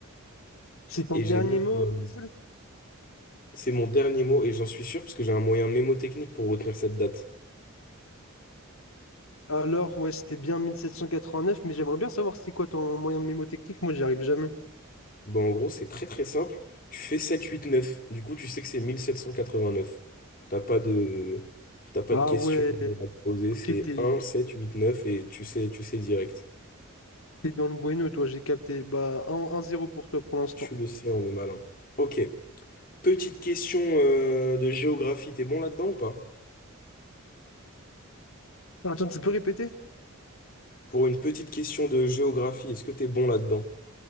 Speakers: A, on the left; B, on the left.
A: C'est ton
B: et
A: dernier
B: j'ai même,
A: mot,
B: un-
A: Jules?
B: c'est mon dernier mot et j'en suis sûr parce que j'ai un moyen mémotechnique pour retenir cette date.
A: Alors, ouais, c'était bien 1789, mais j'aimerais bien savoir c'est quoi ton moyen mnémotechnique. Moi, j'y arrive jamais.
B: Ben, en gros, c'est très très simple. Tu fais sept huit neuf. Du coup, tu sais que c'est 1789. T'as pas de, t'as pas
A: Ah
B: de questions
A: ouais,
B: à te poser.
A: ok,
B: C'est
A: t'es
B: un sept huit neuf et tu sais, tu sais direct.
A: t'es dans le bueno, toi, j'ai capté. Bah, un un zéro pour toi pour l'instant.
B: Tu le sais, on est malin. Ok. Petite question euh, de géographie. T'es bon là-dedans ou pas?
A: Attends, tu peux répéter?
B: Pour une petite question de géographie, est-ce que t'es bon là-dedans?